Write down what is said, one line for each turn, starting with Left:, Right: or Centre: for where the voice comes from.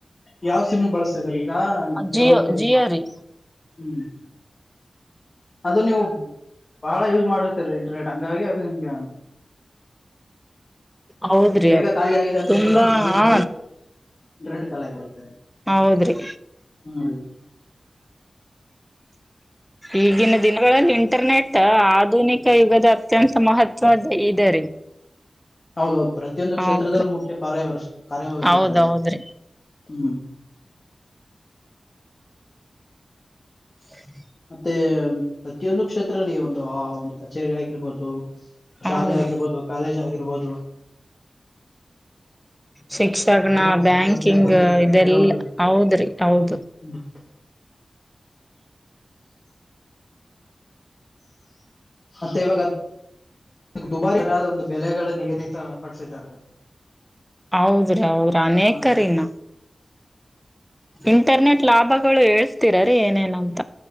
Left: ಯಾವ್ ಸಿಮಿ ಬಳಸ್ತಾರೆ ಈಗ ಹಾ ದವ
Centre: ಜಿಯೋ
Left: ಇದೆ
Centre: ಜಿಯೋ ರೀ
Left: ಹ್ಮ್ ಅದು ನೀವು ಬಹಳ ಯೂಸ್ ಮಾಡಿ ಸರಿ ರೇಟ್ ಹಂಗಾಗಿ ಅದು ನಿಮ್ಗೆ
Centre: ಹೌದ್ರಿ
Left: ಬೇಗ
Centre: ಅದು
Left: ಖಾಲಿ ಆಗಿದೆ ಅಂತ
Centre: ತುಂಬಾ
Left: ಹೇಳ್ಬಿಟ್ಟು ಒಂದು ಮೆಸೇಜ್
Centre: ಹಾ
Left: ಬಂದುಟ ಖಾಲಿ ಆಗಿರುತ್ತ ರ
Centre: ಹೌದ್ರಿ
Left: ಹ್ಮ್
Centre: ಈಗಿನ ದಿನಗಳಲ್ಲಿ ಇಂಟರ್ನೆಟ್ ಆಧುನಿಕ ಯುಗದ ಅತ್ಯಂತ ಮಹತ್ವದ ಇದೆ ರೀ
Left: ಹೌದೌದು ಪ್ರತಿಯೊಂದು ಕ್ಷೇತ್ರದಲ್ಲಿ
Centre: ಹೌದ್ರಿ
Left: ಮುಖ್ಯ ಕಾರ್ಯವ್ಯ ಕಾರ್ಯವ್ಯವಸ್ಥಿತ
Centre: ಹೌದೌದ್ರಿ
Left: ಅದೆ ಹ್ಮ
Centre: ಹ
Left: ಮತ್ತೆ ಪ್ರತಿಯೊಂದು ಕ್ಷೇತ್ರದಲ್ಲಿ ಒಂದು ಆ ಒಂದು ಕಚೇರಿ ಆಗಿರ್ಬೋದು
Centre: ಹೌದು
Left: ಶಾಲೆ ಆಗಿರ್ಬೋದು ಕಾಲೇಜ್ ಆಗಿರ್ಬೋದು
Centre: ಶಿಕ್ಷಣ
Left: ಸೈಬರ್
Centre: ಬ್ಯಾಂಕಿಂಗ್
Left: ಸೆಂಟರ್ ಅಂತ ಹೇಳ್ಬಿಟ್ಟು ಹೇಳ್ತಾರೆ
Centre: ಇದೆಲ್ಲಾ
Left: ಕೆಲವೊಂದು
Centre: ಹೌದ್ರಿ ಹೌದು
Left: ಹ್ಮ್. ಮತ್ತೆ ಇವಾಗ ದುಬಾರಿ ಒಂದು ಬೆಲೆಗಳ ನಿಗದಿತ ಪಡಿಸಿದ್ದಾರೆ
Centre: ಹೌದ್ರಿ ಅವೌದ್ರ ಅನೇಕರಿನ
Left: ಹ್ಮ್.
Centre: ಇಂಟರ್ನೆಟ್ ಲಾಭಗಳು ಹೇಳ್ತೀರಾ ರೀ ಏನೇನಂತ